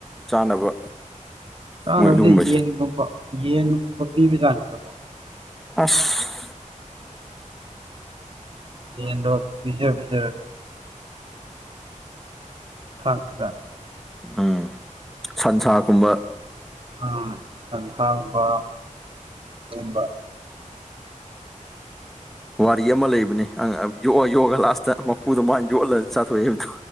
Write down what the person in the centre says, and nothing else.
ꯆꯥꯅꯕ
ꯃꯣꯏ ꯑꯗꯨꯒꯨꯝꯕꯁꯦ
ꯑꯁ
ꯎꯝ ꯁꯟꯁꯥꯀꯨꯝꯕ
ꯋꯥꯔꯤ ꯑꯃ ꯂꯩꯕꯅꯦ ꯑꯪ ꯌꯣꯛꯑ ꯌꯣꯛꯑꯒ ꯂꯥꯁꯇ ꯃꯄꯨꯗꯣ ꯃꯥꯅ ꯌꯣꯠꯂꯒ ꯆꯥꯊꯣꯛꯑꯦ ꯍꯥꯏꯕꯗꯣ